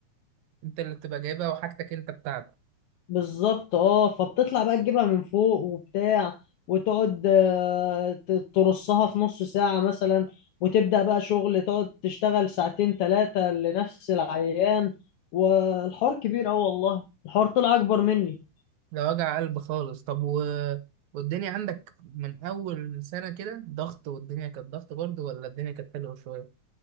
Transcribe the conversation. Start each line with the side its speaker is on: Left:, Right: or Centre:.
Right: انت اللي بتبقى جايبها وحاجتك انت بتاعتك
Left: بالظبط اه فبتطلع بقى تجيبها من فوق وبتاع وتقعد آه، ت- ترصها في نص ساعه مثلا وتبدا بقى شغل تقعد تشتغل ساعتين ثلاثه لنفس العيان والحوار كبير اوي والله الحوار طلع اكبر مني
Right: ده وجع قلب خالص طب و... والدنيا عندك من اول سنه كده ضغط والدنيا كانت ضغط برضه ولا الدنيا كانت حلوه شويه